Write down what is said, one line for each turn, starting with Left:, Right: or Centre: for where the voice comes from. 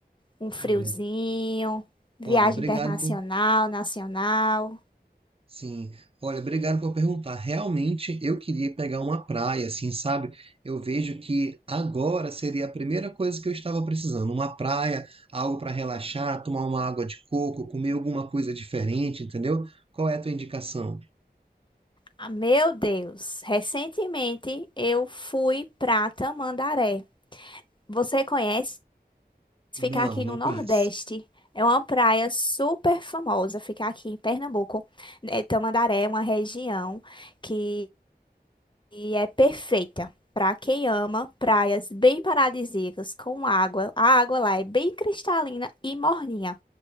Left: um friozinho,
Right: Olha,
Left: viagem
Right: olha, obrigado
Left: internacional,
Right: por
Left: nacional?
Right: Sim, olha, obrigado por perguntar. Realmente eu queria pegar uma praia, assim, sabe? Eu vejo que agora seria a primeira coisa que eu estava precisando, uma praia, algo para relaxar, tomar uma água de coco, comer alguma coisa diferente, entendeu? Qual é a tua indicação?
Left: Ah, Meu Deus, recentemente eu fui pra Tamandaré. Você conhece? Ficar
Right: Não,
Left: aqui
Right: não
Left: no Nordeste.
Right: conheço.
Left: É uma praia super famosa, ficar aqui em Pernambuco. É, Tamandaré é uma região que e é perfeita para quem ama praias bem paradisíacas com água. A água lá é bem cristalina e morninha.